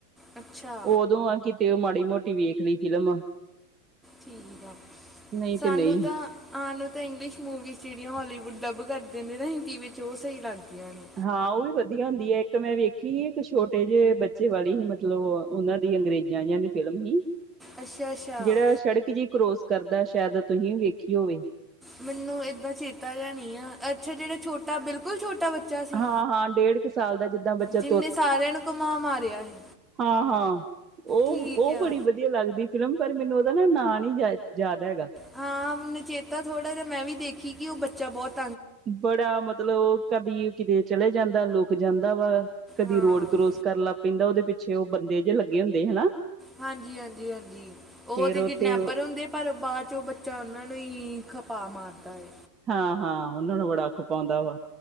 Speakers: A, in the centre; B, on the right.
A: ਅੱਛਾ
B: ਓਦੋਂ ਆ ਕਿਤੇ ਉਹ ਮਾੜੀ-ਮੋਟੀ ਵੇਖਦੀ ਫਿਲਮ
A: ਠੀਕ ਆ,
B: ਨਹੀਂ
A: ਸਾਨੂੰ
B: ਤੇ ਨਹੀਂ
A: ਤਾਂ ਆਹ ਨੂੰ ਤਾਂ ਇੰਗਲਿਸ਼ ਮੂਵੀਜ਼ ਜੇੜੀਆਂ ਹੋਲੀਵੁੱਡ ਡੱਬ ਕਰਦੇ ਨੇ ਨਾ ਹਿੰਦੀ ਵਿੱਚ ਓ ਸਹੀ ਲੱਗਦੀਆਂ ਨੇ।
B: ਹਾਂ ਉਹ ਵੀ ਵਧੀਆ ਹੁੰਦੀ ਏ, ਏਕ ਮੈਂ ਵੇਖੀ ਏਕ ਛੋਟੇ ਜਿਹੇ ਬੱਚੇ ਵਾਲੀ ਹੀ ਮਤਲਬ ਉਹਨਾਂ ਦੀ ਅੰਗਰੇਜ਼ਾਂ ਦੀ ਫਿਲਮ ਹੀ
A: ਅੱਛਾ ਅੱਛਾ
B: ਜੇੜਾ ਸੜਕ ਜੀ ਕਰੋਸ ਕਰਦਾ ਸ਼ਾਇਦ ਤੁਹੀ ਵੀ ਵੇਖੀ ਹੋਵੇ।
A: ਮੈਨੂੰ ਏਦਾਂ ਚੇਤਾ ਜਾਹਾ ਨਹੀਂ ਆ। ਅੱਛਾ ਜੇੜਾ ਛੋਟਾ ਬਿਲਕੁਲ ਛੋਟਾ ਬੱਚਾ ਸੀ
B: ਹਾਂ ਹਾਂ ਡੇਢ ਕੁ ਸਾਲ ਦਾ ਜਿੱਦਾਂ ਬੱਚਾ
A: ਜਿੰਨੇ ਸਾਰਿਆਂ ਨੂੰ ਘੁਮਾ ਮਾਰ ਢਈਆ ਸੀ।
B: ਹਾਂ-ਹਾਂ, ਉਹ-ਉਹ
A: ਠੀਕ ਆ
B: ਬੜੀ ਵਧੀਆ ਲੱਗਦੀ ਫਿਲਮ ਪਰ ਮੈਨੂੰ ਉਹਦਾ ਨਾ ਨੀ ਯਾ ਜਾਯ ਹੈਗਾ।
A: ਹਾਂ ਨਚੇਤਾ ਥੋੜਾ ਜਿਹਾ ਮੈਂ ਵੀ ਦੇਖੀ ਕਿ ਉਹ ਬੱਚਾ ਬੋਤ
B: ਬੜਾ ਮਤਲਬ ਓ ਕਦੀ ਕਿਤੇ ਚਲੇ ਜਾਂਦਾ ਲੋਕ ਜਾਂਦਾ ਵਾ ਕਦੀ
A: ਹਾਂ
B: ਰੋਡ ਕਰੋਸ ਕਰਨ ਲੱਗ ਪੈਂਦਾ ਉਹਦੇ ਪਿੱਛੇ ਉਹ ਬੰਦੇ ਜੇ ਲੱਗੇ ਹੁੰਦੇ ਹਨਾ।
A: ਹਾਂਜੀ ਹਾਂਜੀ ਹਾਂਜੀ ਉਹ
B: ਫੇਰ
A: ਤਾਂ ਕਿਡਨੈਪਰ
B: ਤੇ
A: ਹੁੰਦੇ ਪਰ ਬਾਅਦ 'ਚ ਉਹ ਬੱਚਾ ਉਹਨਾਂ ਨੂੰ ਹੀ ਖਪਾ ਮਾਰਦਾ ਏ।
B: ਹਾਂ-ਹਾਂ ਉਹਨਾਂ ਨੂੰ ਵੜਾ ਖਪਾਉਂਦਾ ਵਾ।